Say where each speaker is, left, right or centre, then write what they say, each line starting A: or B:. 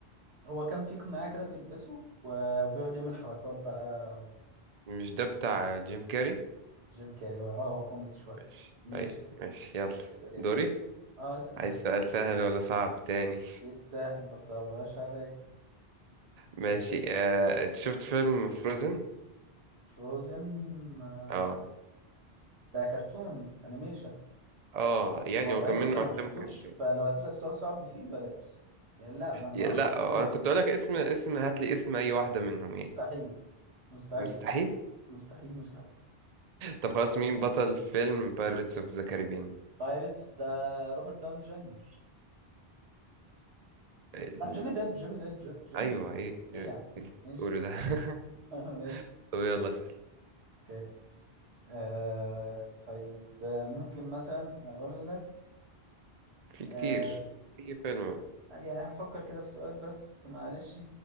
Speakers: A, on the right; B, on the right.
A: هو كان في قناع كده بيلبسه و- وبيقعد يعمل حركات بقى
B: مش ده
A: وشوية
B: بتاع جيم كاري
A: جيم كاري اه هو كوميدي شويه
B: ماشي
A: ماشي
B: ايوه ماشي يلا
A: اسال يا
B: دوري
A: باشا اه اسال
B: عايز
A: انت.
B: سؤال سهل ولا صعب تاني
A: اكيد سهل ما تصعبهاش علي سليم
B: ماشي آه، انت شفت فيلم فروزن
A: فروزن آه،
B: اه
A: ده كرتون انيميشن
B: اه يعني
A: والله
B: هو كان
A: بص
B: منه
A: انا
B: افلام
A: ما شفتوش
B: كرتون
A: فلو هتسأل سؤال صعب فيه بلاش يعني لا ما انا
B: يا-
A: ما اعرفش
B: لا
A: فروزن
B: آه، انا كنت اقول لك اسم اسم هات لي اسم اي واحده منهم يعني
A: مستحيل مستحيل
B: مستحيل
A: مستحيل مستحيل
B: طب خلاص مين بطل فيلم بايرتس اوف ذا كاريبيان
A: بايرتس ده روبرت داون جونيور
B: ال...
A: لا جوني ديب جوني ديب جو- جوني
B: ايوه
A: ديب
B: ايه
A: ايه
B: إيه
A: يعني
B: اللي
A: ماشي
B: بتقوله ده <laughs>
A: <laughs> ماشي
B: طب يلا اسال
A: اوكي آه طيب آه، ممكن مثلا اقول لك
B: في
A: آه،
B: كتير في فيلم بقى.
A: يعني هفكر كده في سؤال بس معلش